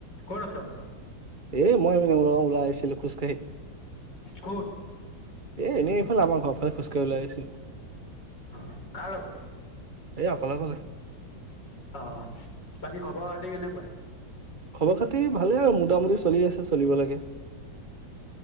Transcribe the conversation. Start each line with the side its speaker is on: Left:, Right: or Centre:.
Left: <inaudible> ক'ত আছ?
Right: এই', মই, ওলাই আহিছিলো খোজকাঢ়ি।
Left: ক'ত
Right: এই, এনে। এই, আমাৰ ঘৰ ফালে খোজকাঢ়ি ওলাই আছিলো।
Left: অ, কাৰ লগত।
Right: এই অকলে <inaudible>
Left: অ। বাকী খবৰ-খাতি কেনেকুৱা?
Right: খবৰ খাতি ভালেই আৰু মোটামুটি চলি আছে, চলিব লাগে।